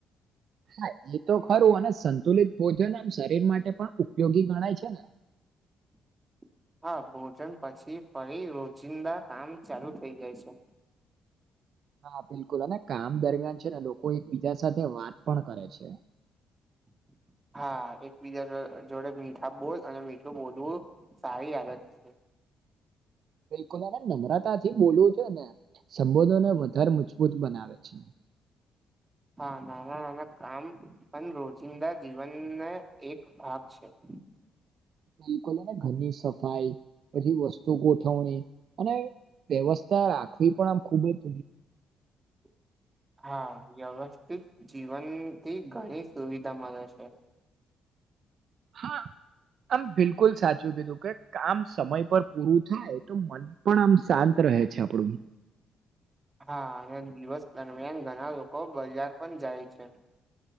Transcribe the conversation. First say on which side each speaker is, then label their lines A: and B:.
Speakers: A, on the right (about 60°); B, on the right (about 20°).
A: હા એ તો ખરું અને સંતુલિત ભોજન આમ શરીર માટે પણ ઉપયોગી ગણાય છે ને.
B: <inaudible> હા ભોજન પછી ફરી રોજિંદા કામ ચાલુ થઈ જાય છે.
A: હા બિલકુલ અને કામ દરમિયાન છે ને લોકો એકબીજા સાથે વાત પણ કરે છે.
B: <inaudible> હા એકબીજા જો જોડે મીઠા બોલ અને મીઠું બોલવું સારી આદત છે. <inaudible>
A: બિલકુલ નમ્રતા થી બોલવું છે ને સંબોધોને વધારે મજબૂત બનાવે છે.
B: <inaudible> હા નાના નાના કામ પણ રોજિંદા જીવનને એક ભાગ છે. <inaudible>
A: બિલકુલ અને ઘરની સફાઈ પછી વસ્તુ ગોઠવણી અને વ્યવસ્થા રાખવી પણ આમ ખુબ જ
B: <inaudible> હા વ્યવસ્થિત જીવનથી ઘણી સુવિધા મલે છે.
A: હા. આમ બિલકુલ સાચું કીધું કે કામ સમય પર પૂરું થાય તો મન પણ આમ શાંત રહે છે આપડું.
B: <inaudible> હા અને દિવસ દરમિયાન ઘણા લોકો બજાર પણ જાય છે.